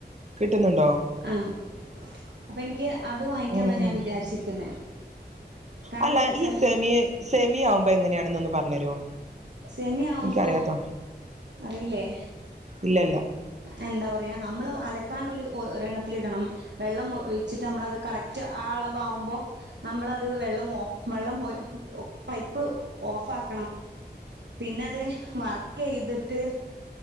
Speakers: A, on the right (about 40°); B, on the right (about 80°).
A: കിട്ടുന്നുണ്ടോ
B: ആഹ് അപ്പോൾ എനിക്ക് അത് വാങ്ങിക്കാന്നാ
A: ഉം ഉം
B: ഞാൻ വിചാരിച്ചിരിക്കുന്നേ കാരണം
A: അല്ല
B: എന്താ വെച്ചാൽ
A: ഈ സെമിയ സെമിയ ആവുമ്പോ എങ്ങനെയാണെന്ന് ഒന്ന് പറഞ്ഞു തരോ
B: സെമി ആവുമ്പോ
A: എനിക്കറിയാത്തോ
B: അറിയില്ലേ
A: ഇല്ലല്ല
B: എന്താ പറയാ നമ്മൾ അലക്കാൻ ഒരു ഒരണ്ണത്തിലിടണം വെള്ളം മു ഒഴിച്ചിട്ട് നമ്മളത് കറക്റ്റ് ആ അളവാകുമ്പോൾ നമ്മളത് വെള്ളം വെള്ളം പൈപ്പ് ഓഫ് ആഹ് പിന്നത് വർക്ക് ചെയ്തിതി ട്ട്